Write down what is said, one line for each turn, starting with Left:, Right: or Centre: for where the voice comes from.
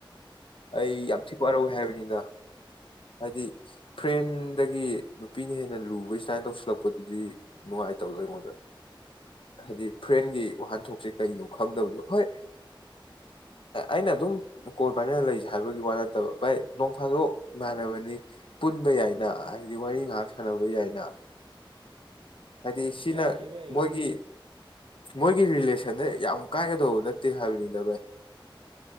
Left: ꯑꯩ ꯌꯥꯝ ꯊꯤꯛ ꯋꯥꯔꯧꯋꯦ ꯍꯥꯏꯕꯅꯤꯗ ꯍꯥꯏꯗꯤ ꯇ꯭ꯔꯦꯟꯗꯒꯤ ꯅꯨꯄꯤꯅ ꯍꯦꯟꯅ ꯂꯨꯕ ꯁꯃꯥꯏꯅ ꯇꯧꯁꯤꯜꯂꯛꯄꯗꯨꯗꯤ ꯅꯨꯡꯉꯥꯏꯇꯕꯗꯣ ꯑꯩꯉꯣꯟꯗ ꯍꯥꯏꯗꯤ ꯐ꯭ꯔꯦꯟꯒꯤ ꯋꯥꯍꯟꯊꯣꯛꯁꯦ ꯀꯩꯅꯣ ꯈꯪꯗꯕꯗꯣ ꯍꯣꯏ ꯑꯩꯅ ꯑꯗꯨꯝ ꯀꯣꯜ ꯄꯥꯏꯅꯅ ꯂꯩꯁꯦ ꯍꯥꯏꯕꯒꯤ ꯋꯥ ꯠꯇꯕ ꯚꯥꯏ ꯅꯣꯡꯐꯥꯗꯣꯛ ꯏꯥꯟꯅꯕꯅꯤ ꯄꯨꯟꯕ ꯌꯥꯏꯅ ꯍꯥꯏꯗꯤ ꯋꯥꯔꯤ ꯉꯥꯏꯍꯥꯛ ꯁꯥꯟꯅꯕ ꯌꯥꯏꯅ ꯍꯥꯏꯗꯤ ꯁꯤꯅ
Right: ꯌꯥꯏꯌꯦ ꯚꯥꯏ
Left: ꯃꯣꯏꯒꯤ
Right: ꯑꯩ
Left: ꯃꯣꯏꯒꯤ ꯔꯤꯂꯦꯁꯟꯗ ꯌꯥꯝ ꯀꯥꯏꯒꯗꯧꯕ ꯅꯠꯇꯦ ꯍꯥꯏꯕꯅꯤꯅ ꯚꯥꯏ